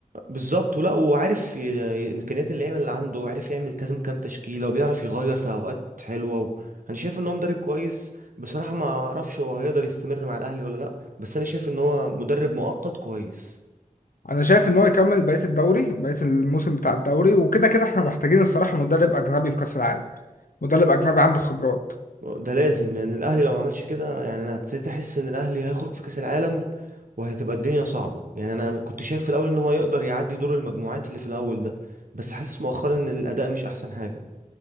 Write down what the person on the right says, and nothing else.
بالظبط ولا وعارف ي- إمكانيات اللعيبة اللي عنده وعارف يعمل كذا كام تشكيلة وبيعرف يغير في أوقات حلوة و... أنا شايف إن هو مدرب كويس بصراحة ما أعرفش هو هيقدر يستمر مع الأهلي ولا لأ بس أنا شايف إن هو مدرب مؤقت كويس
ده لازم لان الاهلي لو ما عملش كده يعني انا ابتديت احس ان الاهلي هيخرج في كاس العالم وهتبقى الدنيا صعبه يعني انا كنت شايف في الاول ان هو يقدر يعدي دور المجموعات اللي في الاول ده بس حاسس مؤخرا ان الاداء مش احسن حاجه